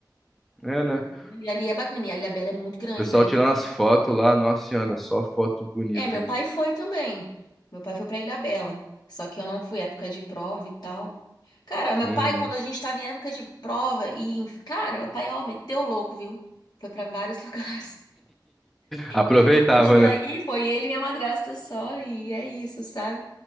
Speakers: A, in the centre; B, on the left.
A: É, né? O
B: Por Ali, ali é bacana. E a Ilhabela é muito grande,
A: pessoal
B: né?
A: tirando as fotos lá. Nossa senhora, só foto bonita,
B: É, meu
A: hein?
B: pai foi também. Meu pai foi pra Ilhabela. Só que eu não fui época de prova e tal. Cara, meu
A: Uhum.
B: pai, quando a gente tava em época de prova, e, em- cara, meu pai, ó, meteu o louco, viu? Foi pra vários <laughs> lugares.
A: Aproveitava,
B: A gente não podia
A: né?
B: ir, foi ele e minha madrasta só, e é isso, sabe?